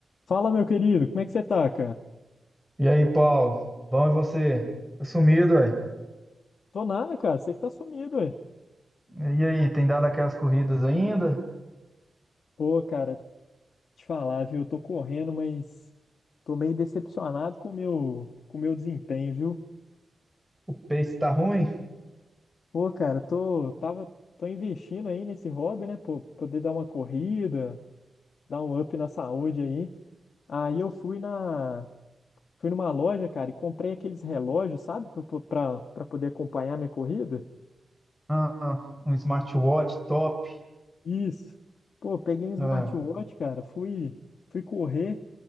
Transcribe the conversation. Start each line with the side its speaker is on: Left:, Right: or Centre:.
Left: Fala, meu querido, como é que você tá, cara?
Centre: E aí, Paulo? Bom, e você? Tá sumido, ué.
Left: Tô nada, cara, você que tá sumido, ué.
Centre: E aí, tem dado aquelas corridas ainda?
Left: Pô, cara, te falar, viu? Eu tô correndo, mas tô meio decepcionado com o meu, com o meu desempenho, viu?
Centre: O pace tá ruim?
Left: Pô, cara, tô, tava, tô investindo aí nesse hobby, né? Pô, poder dar uma corrida, dar um up na saúde aí. Aí eu fui na, fui numa loja, cara, e comprei aqueles relógios, sabe? Pra, pra, pra poder acompanhar minha corrida.
Centre: Ah, ah, um smartwatch top.
Left: Isso. Pô, peguei um smartwatch,
Centre: Ah,
Left: cara, fui, fui correr.